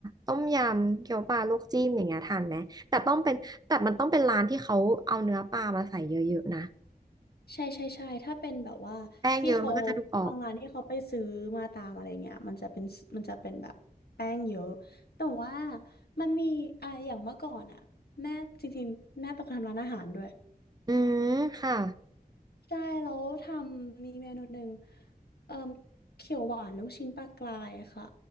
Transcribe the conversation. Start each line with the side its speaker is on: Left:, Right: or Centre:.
Right: ต้มยำเกี๊ยวปลาลวกจิ้มอย่างเงี้ยทานไหมแต่ต้องเป็นแต่มันต้องเป็นร้านที่เขาเอาเนื้อปลามาใส่เยอะๆนะ
Left: ใช่ใช่ใช่ถ้าเป็นแบบว่าที่เขา
Right: แป้งเยอะมันก็จะดูออก
Left: บางร้านที่เขาไปซื้อมาตามอะไรเงี้ยมันจะเป็นมันจะเป็นแบบแป้งเยอะแต่ว่ามันมีอ่ะอย่างเมื่อก่อนอ่ะแม่จริงๆแม่ต้องทำร้านอาหารด้วย
Right: อืมค่ะ
Left: ใช่แล้วทำมีเมนูหนึ่งเอ่อเขียวหวานลูกชิ้นปลากรายค่ะ